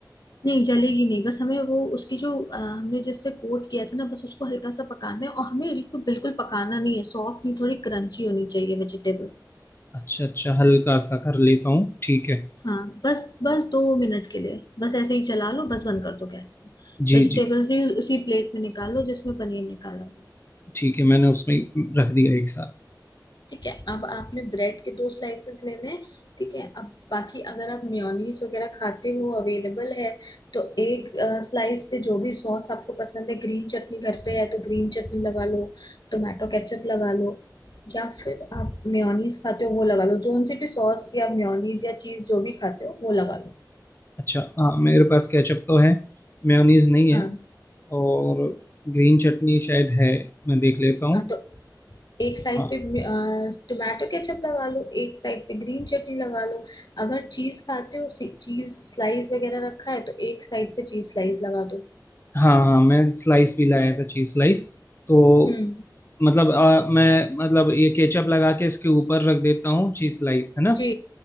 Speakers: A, on the left (about 65°); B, on the left (about 30°).
A: नहीं जलेगी नहीं बस हमें वो उसकी जो अ, हमने जिससे कोट किया था ना बस उसको हल्का सा पकाना है और हमें बिल्कुल बिल्कुल पकाना नहीं है सॉफ्ट नहीं थोड़ी क्रंची होनी चाहिए वेजिटेबल।
B: अच्छा अच्छा हल्का सा कर लेता हूँ ठीक है
A: हाँ बस बस दो मिनट के लिए बस ऐसे ही चला लो बस बंद कर दो गैस को
B: जी
A: वेजिटेबल्स
B: जी
A: भी उस- उसी प्लेट में निकालो जिसमें पनीर निकाला हुआ है
B: ठीक है मैंने उसमें रख दिया एक साथ
A: ठीक है अब आपने ब्रेड के दो स्लाइसेस लेने हैं ठीक है अब बाकी अगर आप मेयोनीज वगैरह खाते हो अवेलेबल है तो एक स्लाइस पे जो भी सॉस आपको पसंद है ग्रीन चटनी घर पे है तो ग्रीन चटनी लगा लो टोमेटो केचप लगा लो या फिर आप मेयोनीज खाते हो वो लगा लो जोन सी भी सॉस या मेयोनीज या चीज जो भी खाते हो वो लगा लो
B: अच्छा हाँ मेरे पास केचप तो है मेयोनीज नहीं है
A: हाँ
B: और ग्रीन चटनी शायद है मैं देख लेता हूँ
A: हाँ तो एक साइड
B: हाँ,
A: पे टोमेटो केचप लगा लो एक साइड पे ग्रीन चटनी लगा लो अगर चीज खाते हो चीज स्लाइस वगैरह रखा है तो एक साइड पे चीज स्लाइस लगा दो
B: हाँ हाँ मैं स्लाइस भी लाया था चीज स्लाइस तो
A: हम्म
B: मतलब अ, मैं मतलब ये केचप लगा के इसके ऊपर रख देता हूँ चीज स्लाइस है ना
A: जी